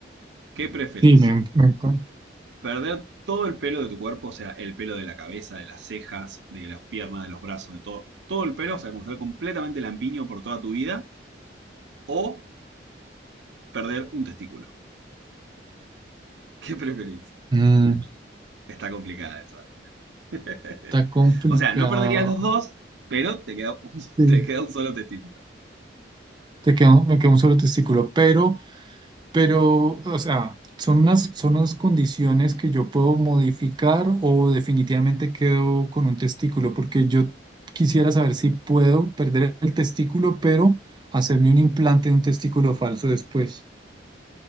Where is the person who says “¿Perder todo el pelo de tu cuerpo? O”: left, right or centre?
Right